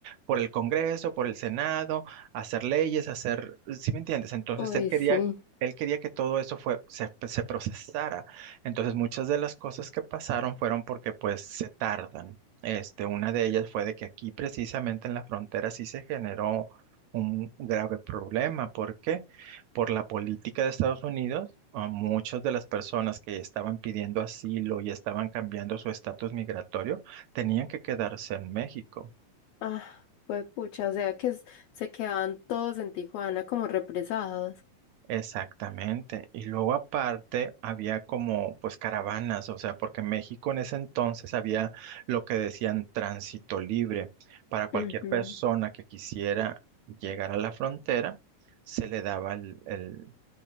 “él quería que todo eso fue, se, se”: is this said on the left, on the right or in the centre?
Right